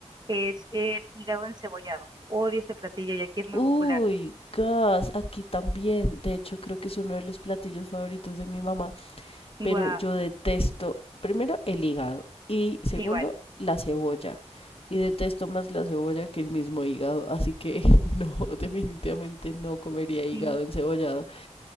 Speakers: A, on the right; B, on the left.
A: es el hígado encebollado. Odio ese platillo y aquí es muy
B: Uy,
A: popular.
B: gas, aquí también. De hecho, creo que es uno de los platillos favoritos de mi mamá,
A: Guau.
B: pero yo detesto, primero, el hígado y segundo,
A: Igual.
B: la cebolla. Y detesto más la cebolla que el mismo hígado, así que <laughs> no, definitivamente no comería hígado
A: Sí,
B: encebollado.